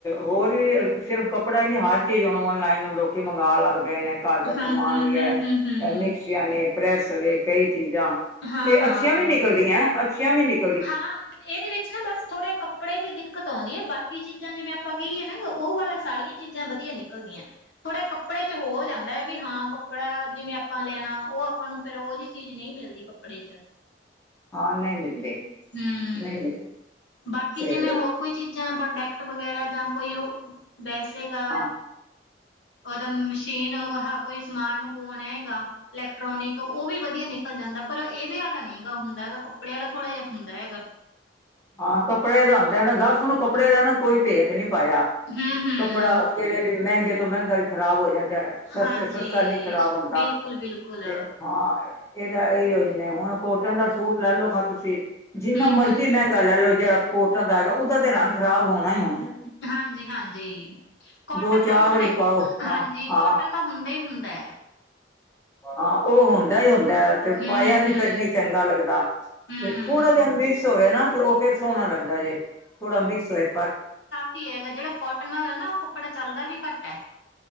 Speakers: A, on the left; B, on the left.
A: ਹੋਰ ਵੀ ਸਿਰਫ ਕੱਪੜਾ ਹੀ ਨੀ ਹਰ ਚੀਜ਼ ਹੁਣ ਔਨਲਾਈਨ ਲੋਕੀ ਮੰਗਵਾਣ ਲੱਗ ਪਏ ਨੇ। ਘਰ ਦਾ
B: ਹੂੰ
A: ਸਮਾਨ
B: ਹੂੰ
A: ਵੀ
B: ਹੂੰ
A: ਐ।
B: ਹੂੰ ਹੂੰ
A: ਮਿਕਸੀਆ ਨੇ ਪ੍ਰੈਸ ਵੀ ਕਈ ਚੀਜ਼ਾਂ।
B: ਹਾਂ
A: ਤੇ
B: ਹਾਂ।
A: ਅੱਛੀਆਂ ਵੀ ਅੱਛੀਆਂ ਵੀ ਨਿਕ-
B: ਹਾਂ‌। ਇਹਦੇ ਵਿੱਚ ਨਾ ਬਸ ਥੋੜ੍ਹੇ ਕੱਪੜੇ ਦੀ ਦਿੱਕਤ ਆਉਦੀ ਏ, ਬਾਕੀ ਚੀਜ਼ਾਂ ਜਿਵੇਂ ਆਪਾਂ ਕਹੀਏ ਨਾ ਉਹ ਵਾਲਾ ਸਾਰੀਆਂ ਚੀਜ਼ਾਂ ਵਧੀਆ ਨਿਕਲਦੀਆਂ। ਥੋੜੇ ਕੱਪੜੇ ਚ ਹੋ
A: ਹਾਂ
B: ਜਾਂਦਾ ਹੈ ਵੀ ਹਾਂ ਜਿਵੇ ਆਪਾਂ ਲੈਣਾ। ਉਹ ਆਪਾਂ ਨੂੰ ਫਿਰ ਉਹਦੀ ਚੀਜ਼ ਨਹੀਂ ਮਿਲਦੀ ਕੱਪੜੇ ਚ।
A: ਹਾਂ ਨਹੀਂ ਮਿਲਦੀ।
B: ਹੂ,
A: ਨਹੀਂ
B: ਬਾਕੀ
A: ਤੇ
B: ਜਿਵੇਂ ਹੋਰ ਕੋਈ ਚੀਜ਼ਾਂ ਪ੍ਰੋਡੈਕਟ ਵਗੈਰਾ ਜਾਂ ਕੋਈ ਹੋ ਵੈਸੇਗਾ।
A: ਹਾਂ
B: ਉਹਦਾ ਮਸ਼ੀਨ ਕੋਈ ਸਮਾਨ ਮੰਗਵਾਣਾ ਹੈਗਾ। ਇਲੈਕਟ੍ਰੋਨਿਕ। ਉਹ ਵੀ ਵਧੀਆ ਨਿਕਲ ਜਾਂਦਾ ਪਰ ਇਹਦੇ ਆਲਾ ਨੀ ਗਾ ਹੁੰਦਾ ਗਾ ਕੱਪੜੇ ਵਾਲਾ ਥੋੜ੍ਹਾ ਜਿਹਾ ਹੁੰਦਾ ਹੈਗਾ।
A: ਹਾਂ, ਕੱਪੜੇ ਦਾ ਆਂਦਾ ਦਾ ਗੱਲ ਸੁਣੋ ਕੱਪੜੇ ਦਾ ਨਾ ਕੋਈ ਭੇਤ ਨੀ ਪਾਇਆ।
B: ਹੂੰ ਹੂੰ
A: ਕੱਪੜਾ ਕੀ ਵਾਰੀ ਮਹਿੰਗੇ ਤੋਂ ਮਹਿੰਗਾ ਵੀ ਖ਼ਰਾਬ ਹੋ ਜਾਂਦਾ। ਸਸਤੇ
B: ਹਾਂਜੀ,
A: ਤੋਂ ਸਸਤਾ ਨੀ ਖ਼ਰਾਬ ਹੁੰਦਾ
B: ਬਿਲਕੁਲ-ਬਿਲਕੁਲ,
A: ਤੇ ਏ। ਇਹ ਤਾਂ ਇਹੀਓ ਹੀ ਨੇ ਹੁਣ ਕੋਟਨ ਦਾ ਸੂਟ ਲੈ ਲਓ ਖਾਂ ਤੁਸੀਂ ਜਿੰਨਾ
B: ਹੂੰ-ਹੂੰ,
A: ਮਰਜ਼ੀ ਮਹਿੰਗਾ ਮਤਲਬ ਜਿਹੜਾ ਕੋਰਟ ਹੁੰਦਾ ਹੈਗਾ। ਉਹਦਾ ਤੇ ਰੰਗ ਖਰਾਬ ਹੀ ਹੋਣਾ ਹੀ ਹੋਣਾ।
B: ਹਾਂਜੀ-ਹਾਂਜੀ। ਕੋਟਨ
A: ਦੋ ਚਾਰ
B: ਤਾਂ ਹਣੇ,
A: ਵਾਰੀ ਪਾਓ ਹਾਂ
B: ਹਾਂਜੀ
A: ਹਾਂ
B: ਕਾਟਨ ਤਾਂ ਹੁੰਦਾ ਹੀ ਹੁੰਦਾ।
A: ਹਾਂ ਉਹ ਹੁੰਦਾ ਹੀ ਹੁੰਦਾ ਤੇ
B: ਹੂੰ-ਹੂੰ,
A: ਪਾਇਆ ਵੀ ਫਿਰ ਨਹੀਂ ਚੰਗਾ ਲੱਗਦਾ,
B: ਹੂੰ। ਹੂੰ,
A: ਤੇ ਥੋੜਾ ਜਿਹਾ ਮਿਕਸ ਹੋਵੇ ਨਾ ਤੇ ਉਹ ਫਿਰ ਸੋਹਣਾ ਲੱਗਦਾ ਜੇ, ਥੋੜਾ ਮਿਕਸ ਹੋਏ ਪਰ
B: ਕਿ ਹੈਗਾ, ਜਿਹੜਾ ਕੋਟਨ ਹੈਗਾ ਨਾ ਉਹ ਕੱਪੜਾ ਚੱਲਦਾ ਵੀ ਘੱਟ ਐ।